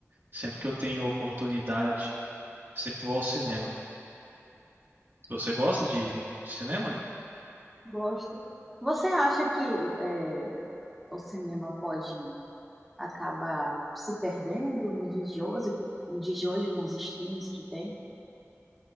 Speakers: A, on the right; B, in the centre.
A: Sempre que eu tenho oportunidade, sempre vou ao cinema. Você gosta de cinema?
B: gosto. Você acha que é, o cinema pode acaba se perdendo nos dias de hoje, nos dias de hoje com os streams que tem,